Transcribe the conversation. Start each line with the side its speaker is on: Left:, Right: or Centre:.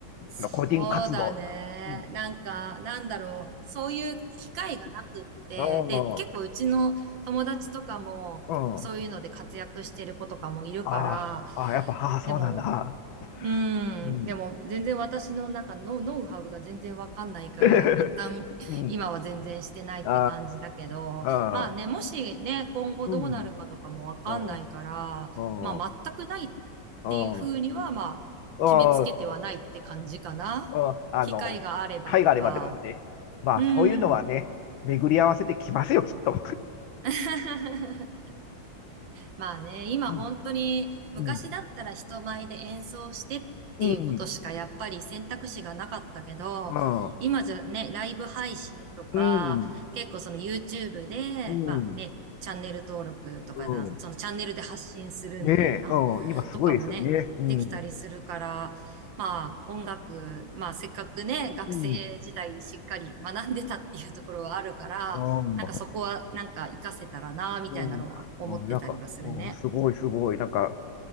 Right: そうだね。
Left: あの個人活動とか。うん。
Right: なんか、なんだろう。そういう機会がなくって、
Left: うん。
Right: で、結構うちの友達とかも、
Left: うん。
Right: そういうので活躍してる子とかもいるから、
Left: ああ、ああ、やっぱ、ああ、そうなんだ。
Right: でもう
Left: うん。
Right: ん。でも、全然私の中のノウハウが全然わかんないから、
Left: <laughs>
Right: 一旦、
Left: うん。
Right: 今は全然してないって感じだけど、
Left: <laughs> ああ、ああ、
Right: まあね、もしね、今後どうなるかとかもわかんないから、
Left: うん。うん。うん。
Right: まあ、
Left: うん。
Right: 全くないっ
Left: うん。
Right: ていうふうには、まあ、
Left: そう
Right: 決めつけてはないって感じかな。
Left: うんあの、
Right: 機会があればとか。
Left: 機会があればってことですね。まあ、
Right: うん。
Left: そういうのはね、巡り合わせてきますよ、きっと。
Right: <laughs> まあね、今本当に昔だったら人前で演奏してっていうことしかやっぱり選択肢がなかったけど、
Left: うん。うん。うん。うん。
Right: 今じゃね、ライブ配信とか、
Left: うん。
Right: 結構その YouTube で、
Left: うん。
Right: まあね、チャンネル登録とかだ、
Left: うん
Right: そのチャンネルで発信するみたいな、
Left: ねえ、うん。今すごいですよね。
Right: とかもね、
Left: うん。
Right: できたりするから、まあ音楽、まあせっかくね、学生時代しっかり学んでたっていうところはあるから、
Left: うん。うん。
Right: なんかそこはなんか活かせたらな、みたいなのは思ってたりはするね。
Left: うん、うんなんか、うん、すごいすごい、なんか、